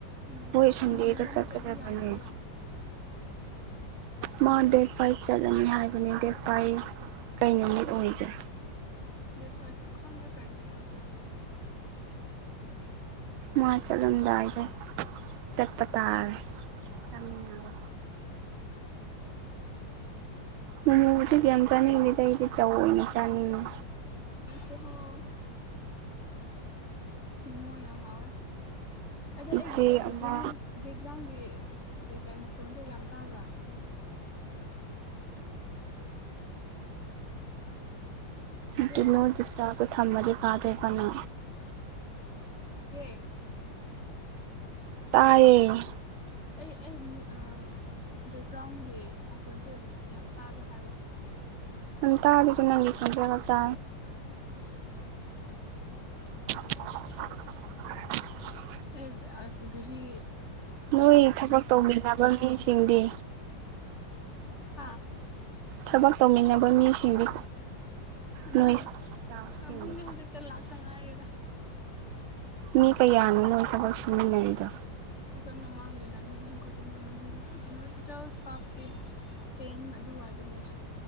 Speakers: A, on the left; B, on the right.
A: ꯎꯝ
B: ꯍꯣꯏ ꯁꯟꯗꯔ
A: ꯁꯟꯗꯦꯒꯨꯝꯕ
B: ꯆꯠ
A: ꯅꯠꯇ꯭ꯔꯗꯤ
B: ꯀꯗꯕꯅꯦ
A: ꯌꯥꯔꯣꯏꯌꯦꯕ
B: ꯃꯥ ꯗꯦꯠ ꯐꯥꯏꯚ ꯆꯠꯂꯅꯤ ꯍꯥꯏꯕꯅꯦ ꯗꯦꯠ ꯐꯥꯏꯚ ꯀꯩ ꯅꯨꯃꯤꯠ ꯑꯣꯏꯒꯦ
A: ꯗꯦꯠ ꯄꯥꯖꯣꯛ ꯈꯗ ꯀꯥꯏꯩꯅꯝ ꯑꯣꯖꯥ
B: ꯃꯥ ꯆꯂꯣꯝꯗꯥꯏꯗ ꯆꯠꯄꯇꯥꯔ ꯆꯥꯃꯤꯟꯅꯕ ꯃꯃꯕꯨꯗꯤꯗꯤ ꯌꯥꯝ ꯆꯥꯅꯤꯡꯗꯦꯗ ꯑꯩꯗꯤ ꯆꯥꯎꯏꯅꯦ ꯆꯥꯅꯤꯡꯉꯦ
A: ꯍꯍꯣ ꯃꯣ ꯌꯥꯉ ꯑꯋꯥꯣꯏ ꯑꯗꯣ ꯑꯩꯒꯤ
B: ꯏꯆꯦ
A: ꯕꯦꯛꯒ꯭ꯔꯥꯎꯟ
B: ꯑꯃ
A: ꯕꯦꯛꯒ꯭ꯔꯥꯎꯟꯒꯤ ꯀꯩꯀꯩ ꯃꯈꯣꯜꯗꯣ ꯌꯥꯝ ꯇꯥꯕ꯭ꯔꯥ ꯏꯆꯦ
B: ꯑꯗꯨ ꯅꯣ ꯗꯤꯁꯇꯥꯒ ꯊꯝꯃꯗꯤ ꯐꯥꯗꯦ ꯀꯅ
A: ꯀꯦ
B: ꯇꯥꯏꯌꯦꯦ
A: ꯑꯩ ꯑ ꯑ ꯕꯦꯛꯒ꯭ꯔꯥꯎꯟꯒꯤ ꯃꯈꯣꯟꯁꯦ ꯌꯥꯝ ꯇꯥꯕ꯭ꯔꯥ ꯍꯥꯏꯕ
B: ꯑ ꯇꯔꯗꯨꯅꯕꯤ ꯈꯖꯦꯗ <unintelligible>
A: ꯑꯦ ꯑꯁ ꯔꯤ
B: ꯃꯣꯏ ꯊꯕꯛ ꯇꯧꯃꯤꯟꯅꯕ ꯃꯤꯁꯤꯡꯗꯤ
A: ꯍꯥꯥ
B: ꯊꯕꯛ ꯇꯧꯃꯤꯟꯅꯕ ꯃꯤꯁꯤꯡꯗꯤ
A: ꯑꯗꯨꯝ
B: ꯅꯣꯏ ꯏꯁꯇꯥꯐꯁꯤꯡꯗꯣ
A: ꯄꯨꯡꯗꯤ ꯍꯧꯖꯤꯛꯇ ꯂꯥꯛꯇ ꯉꯥꯏꯔꯦꯗ
B: ꯃꯤ ꯀꯌꯥꯅꯣꯅꯣ ꯊꯕꯛ ꯁꯨꯃꯤꯟꯅꯔꯤꯗꯣ
A: ꯑꯩꯈꯣꯏ ꯃꯃꯥꯡꯒꯤꯅ ꯃꯤ ꯑꯍꯨꯝ ꯈꯛꯇꯅꯦ ꯃꯒꯤꯅꯦ ꯇꯇꯦꯜ ꯏꯁꯇꯥꯐꯇꯤ ꯄꯦꯟ ꯑꯗꯨꯋꯥꯏꯗ ꯂꯩ